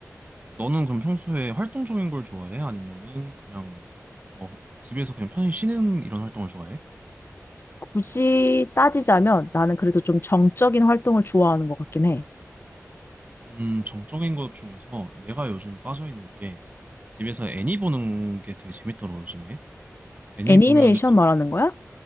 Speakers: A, on the right (about 30°); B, on the left (about 45°).
A: 너는 그럼 평소에 활동적인 걸 좋아해? 아니면은 그냥 어, 집에서 그냥 편히 쉬는 이런 활동을 좋아해?
B: 굳이 따지자면 나는 그래도 좀 정적인 활동을 좋아하는 것 같긴 해.
A: 음, 정적인 것 중에서 내가 요즘 빠져 있는 게 집에서 애니 보는 게 되게 재밌더라, 고 요즘에. 애니
B: 애니메이션
A: 보면
B: 말하는 거야?